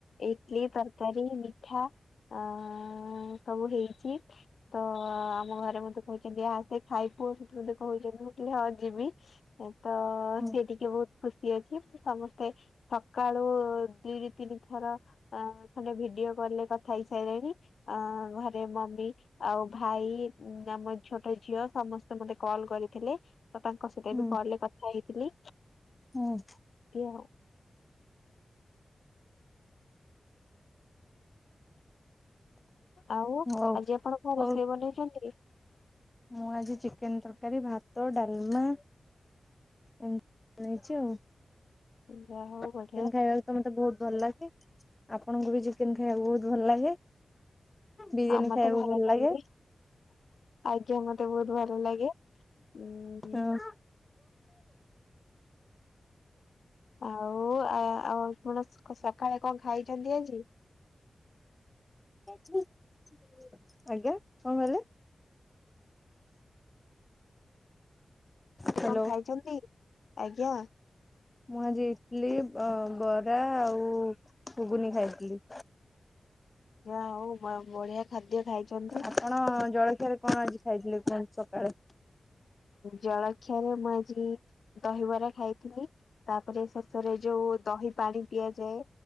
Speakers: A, on the left; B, on the left.
A: ଇଟିଲି ତରକାରୀ ମିଠା ଅ ଅ ସବୁ ହେଇଛି ତ ଆମ ଘରେ ମତେ କହୁଛନ୍ତି ଆ ସେ ଖାଇ ପୁଅ ସେଠି ମେ କହୁଛନ୍ତି। ହଁ ଯିବି ତ
B: ହୁଁ
A: ସିଏ ଟିକେ ବହୁତ ଖୁସି ଅଛି ମୁ ସମସ୍ତେ ସ ସକାାଳୁ ଦୁଇରୁ ତିନି ଥର ଖଣ୍ଡେ ଭିଡିଓ କଲ୍ ରେ କଥା ହେଇସାରିଲେଣି। ଅ ଘରେ ମମି ଆଉ ଭାଇ ଉଁ ଆମ ଛୋଟ ଝିଅ ସମସ୍ତେ ମତେ କଲ୍ କରିଥିଲେ ତ ତାଙ୍କ ସହିତ
B: ହୁଁ
A: ବି କଲରେ କହିଥିଲି।
B: ହୁଁ।
A: ଏହା ଆଉ
B: ହଉ
A: ଆଜି ଆପଣ କଣ
B: ହଉ
A: ରୋଷେଇ ବନେଇଚନ୍ତି କି?
B: ମୁଁ ଆଜି ଚିକେନେ ତରକାରୀ ଭାତ ଡାଲମା ଏମିତିଣେଇଛିୁ ଆଉ <unintelligible>
A: ଯା ହଉ ବଢିଆ।
B: ଚିକେନ ଖାଇବାକୁ ତ ମତେ ବହୁତୁ ଭଲ ଲାଗେ ଆପଣଙ୍କୁ ବି ଚିକେନ ଖାଇବାକୁ ବହୁତୁ ଭଲ ଲାଗେ। ବିରିୟାନୀ
A: ଆଉ ମତେ
B: ଖାଇବାକୁ ଭଲ
A: ଲାଗିଲେ
B: ଲାଗେ।
A: ଆଜ୍ଞା ମତେ ବହୁତୁ ଭଲ ଲାଗେ ଉଁ।
B: ହଁ
A: ଆଉ ଆଉ ଆପଣ ସକାଳେ କଣ ଖାଇଚନ୍ତି ଆଜି?
B: <unintelligible> ଆଜ୍ଞା କଣ କହିଲେ?
A: ସେ
B: ହ୍ୟାଲୋ
A: କଣ ଖାଇଛନ୍ତି? ଆଜ୍ଞା।
B: ମୁଁ ଆଜି ଇଟଲିି ବରା ଆଉ ଘୁଗୁନି ଖାଇଥିଲି।
A: ଯାହା ହଉ ବଢିଆ ଖାଦ୍ୟ ଖାଇଛନ୍ତି।
B: ଆପଣ ଜଳଖିଆରେ କଣ ଆଜି ଖାଇଥିଲେ କଣ ସକାଳୁ?
A: ଜଳଖିଆରେ ମୁଁ ଆଜି ଦହିବରା ଖାଇଥିଲି। ତାପରେ ଶେଷରେ ଯୋଉ ଦହି ପାଣି ପିଆଯାଏ